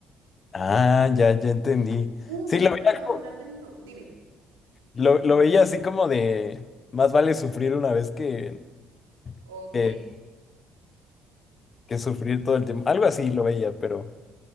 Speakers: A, on the left (about 40°); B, on the right (about 80°).
A: Ah, ya, ya entendí.
B: Uh,
A: Sí,
B: mira
A: lo
B: que
A: veía.
B: me acabo de acordar de uno, dime.
A: Lo, lo veía así como de, más vale sufrir una vez que,
B: Ok.
A: que, que sufrir todo el tiempo. Algo así lo veía, pero,